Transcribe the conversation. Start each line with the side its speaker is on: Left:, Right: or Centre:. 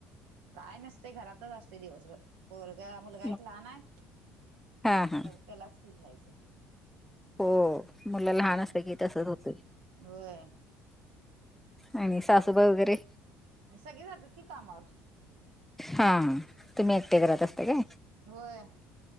Right: काय नसतय घरातच असतोय दिवसभर. पोरगा मुलगा
Centre: हा
Right: एक लहान हाय,
Centre: हा हा.
Right: त्यालाच की घ्यायचं.
Centre: हो, मुलं
Right: हम्म
Centre: लहान असलं की तसंच होतय.
Right: होय
Centre: आणि सासूबाई वगैरे
Right: सगळे जातात की कामावर‌.
Centre: हा तुम्ही एकटे करत असता काय?
Right: होय